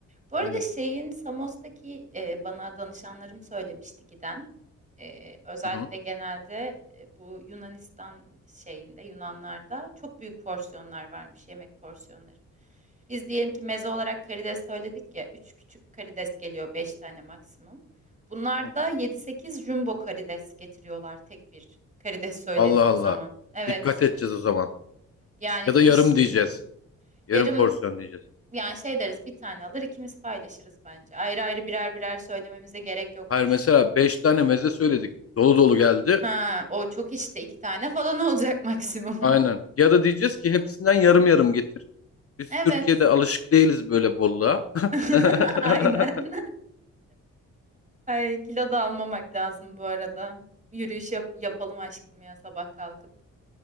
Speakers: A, on the right (about 20°); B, on the left (about 35°).
A: Bu
B: <laughs> Aynen.
A: arada şeyin Samos'taki, eee, bana danışanlarım söylemişti giden. Eee, özellikle
B: Hı hı.
A: genelde, eee, bu Yunanistan şeyinde, Yunanlarda çok büyük porsiyonlar varmış, yemek porsiyonları. Biz diyelim ki meze olarak karides söyledik ya, 3 küçük karides geliyor, 5 tane maksimum. Bunlar
B: Hı hı.
A: da yedi sekiz jumbo karides getiriyorlar tek bir karides söylediğin
B: Allah Allah.
A: zaman. Evet.
B: Dikkat edeceğiz o zaman.
A: Yani
B: Ya da
A: bir
B: yarım
A: ş-
B: diyeceğiz. Yarım
A: yarım
B: porsiyon diyeceğiz.
A: yani şey deriz bir tane alır ikimiz paylaşırız bence. Ayrı ayrı birer birer söylememize gerek yokmuş.
B: Hayır mesela 5 tane meze söyledik. Dolu dolu geldi.
A: Ha, o çok işte iki tane falan olacak maksimum. <laughs>
B: Aynen. Ya da diyeceğiz ki hepsinden yarım yarım getir. Biz
A: Evet.
B: Türkiye'de alışık değiliz böyle bolluğa.
A: <laughs>
B: <laughs>
A: Aynen. Ay, kilo da almamak lazım bu arada. Yürüyüş yap yapalım aşkım ya sabah kalkıp.